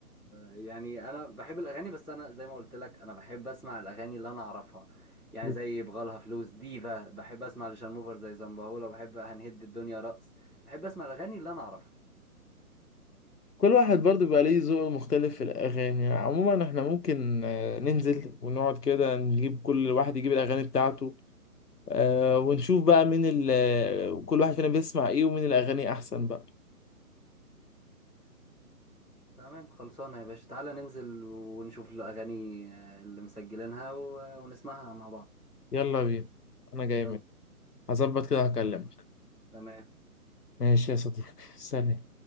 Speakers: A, in the centre; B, on the left.
A: يعني انا بحب الاغاني بس انا زي ما قلت لك انا بحب اسمع الاغاني اللي انا اعرفها يعني
B: يعني
A: زي بغالها فلوس ديفا بحب اسمع لشانموفر زي زنبهولة بحب هنهد الدنيا رقص بحب اسمع الاغاني اللي انا اعرفها
B: كل واحد برضو بيبقى ليه ذوق مختلف في الأغاني عموما احنا ممكن آه، ننزل ونقعد كده نجيب كل واحد يجيب الأغاني بتاعته آه، ونشوف بقى مين ال آه، كل واحد فينا بيسمع ايه ومين الأغاني أحسن بقى
A: تمام خلصانه يا باشا تعالى ننزل ونشوف الاغاني آه، اللي مسجلينها و... ونسمعها مع بعض
B: يلا بينا أنا جاي
A: يلا
B: منك هظبط كده هكلمك
A: تمام
B: ماشي يا صديقي سلام